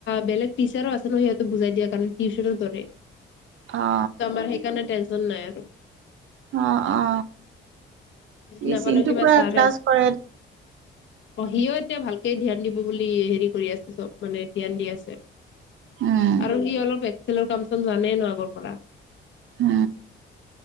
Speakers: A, on the left; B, on the right.
A: বেলেগ টিচাৰো আছে ন সিহঁতো বুজাই দিয়া কাৰণে টিউচনৰ দৰে
B: অ
A: ত আমাৰ সেইকাৰনে টেন্চন নাই ।
B: অ অ
A: বুজি
B: এই
A: নাপালো
B: চিনটো
A: কিবা
B: পুৰা
A: ছাৰে
B: ক্লাছ
A: আছে
B: কৰে।
A: অ সিও এতিয়া ভালকে ধ্যান দিব বুলি হেৰি কৰি আছে চব। মানে ধ্যান দি আছে
B: উম
A: আৰু সি অলপ এক্সেলৰ কাম চোন জানে ন আগৰ পৰা।
B: উ